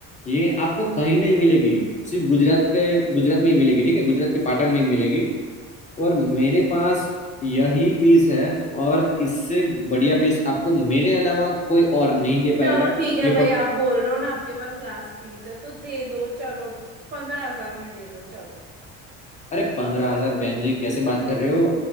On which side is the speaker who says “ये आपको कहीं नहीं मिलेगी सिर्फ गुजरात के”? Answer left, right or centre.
Left